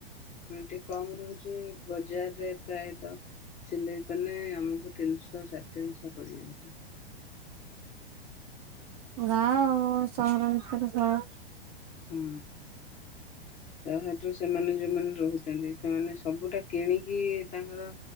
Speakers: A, on the left; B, on the right.
A: ହଁ ଟିକେ କମ ରହୁଛି। ବଜାରରେ ପ୍ରାୟତଃ ସିଲେଇ କଲେ ଆମକୁ ତିନିଶହ ସାଢେ ତିନିଶହ ପଡିଯାଉଛି।
B: ଗାଁ ଆଉ ସହର ଭିତରେ ସହର
A: ହଁ ତାହାତ ସେମାନେ ଯୋଉମାନେ ରହୁଛନ୍ତି। ସେମାନେ ସବୁଟା କିଣିକି ତାଙ୍କର